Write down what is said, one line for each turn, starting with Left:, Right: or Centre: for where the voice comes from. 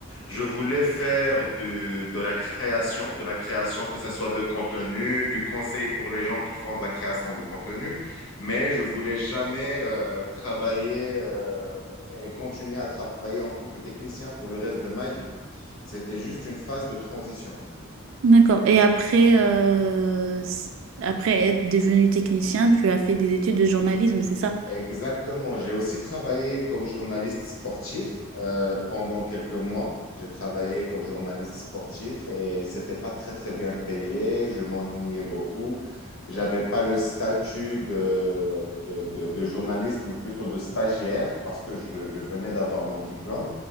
Left: Je voulais faire de, de la création, de la création, que ce soit de contenu, du conseil pour les gens qui font de la création du contenu, mais je voulais jamais euh, travailler euh, et continuer à travailler en tant que technicien pour le reste de ma vie. C'était juste une phase de transition.
Right: D'accord. Et après, euh, s- après être devenu technicien, tu as fait des études de journalisme, c'est ça?
Left: Exactement. J'ai aussi travaillé comme journaliste sportif euh, pendant quelques mois. J'ai travaillé comme journaliste sportif et c'était pas très très bien payé. Je m'ennuyais beaucoup. J'avais pas le statut de, de, de, de journaliste, mais plutôt de stagiaire parce que je, je venais d'avoir mon diplôme